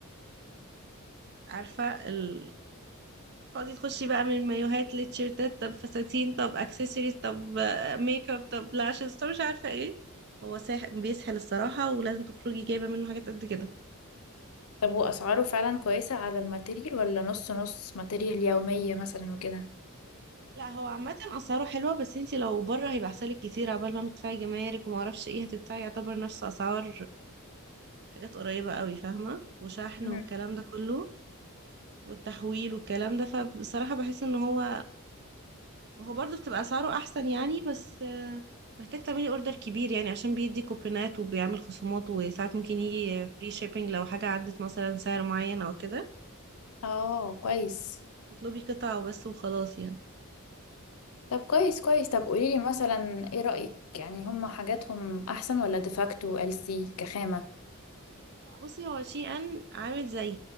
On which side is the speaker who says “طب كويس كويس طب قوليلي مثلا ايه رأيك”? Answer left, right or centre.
Left